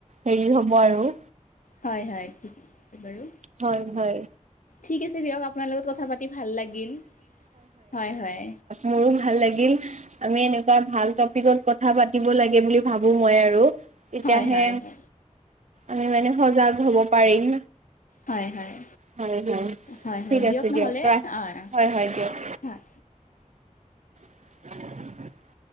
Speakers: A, on the right (about 65°); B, on the left (about 85°).
A: হেৰি হ'ব আৰু।
B: হয়, হয়। ঠিক আছে বাৰু।
A: হয়, হয়।
B: ঠিক আছে দিয়ক আপোনাৰ লগত কথা পাতি ভাল লাগিল, হয়, হয়।
A: মোৰো ভাল লাগিল। আমি এনেকুৱা ভাল টপিকত কথা পাতিব লাগে বুলি ভাবোঁ মই আৰু। তেতিয়াহে
B: হয় হয় হয়
A: আমি মানে সজাগ হ'ব পাৰিম।
B: হয়, হয়।
A: হয় হয়
B: হয়,
A: ঠিক
B: হয়। দিয়ক
A: আছে
B: নহ'লে
A: ৰাখ
B: অহ।
A: হয়, হয়, দিয়ক।
B: হয়।
A: <unintelligible>